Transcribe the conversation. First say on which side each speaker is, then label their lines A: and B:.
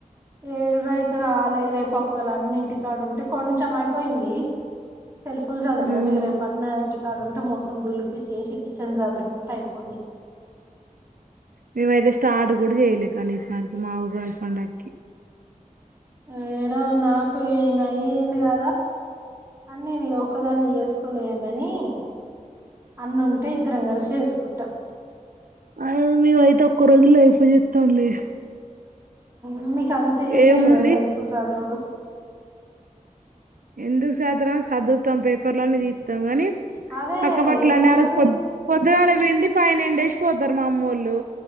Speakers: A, on the right (about 15°); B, on the right (about 80°).
A: ఏడువ ఇకాలే రేపు ఒకవేళ అన్ని ఇంటికాడు ఉంటే కొంచెం అయిపోయింది సల్ఫుల్స్ అద
B: ఉమ్.
A: న మ మీ ఇరు పన్నంటి ఆడుంటే మొత్తం దులిపి చేసి కిచెన్ చదురుకుంటూ అయిపోద్ది
B: మేమయితే స్టార్ట్ కూడా చేయ్యలే కనీసార్కి మా ఊగాస్పడ్కి
A: ఆ నాకు నాయి ఏంటి కా అన్ని నేను ఒక్కదాన్ని చేసుకోలేనని అన్న ఉంటే ఇద్దరం కలిసి చేసుకుంటాం,
B: అ మేము అయితే ఒక్క రోజుల్లో అయిపో చెస్తాంలే,
A: హు మీ అంత ఏం
B: ఏముంది
A: లేదుగా సెల్ఫీ సదురుడు
B: ఎందుకు సదరం సర్దువుతాం పేపర్లు అన్ని తీతాము గాని,
A: అదే
B: అక్క బట్టలన్నీ
A: ఏముంటది
B: ఏ రోజు పోదాం పో పొద్దుగాల పిండి పై ఎండేసి పోతారు మా అమ్మోళ్ళు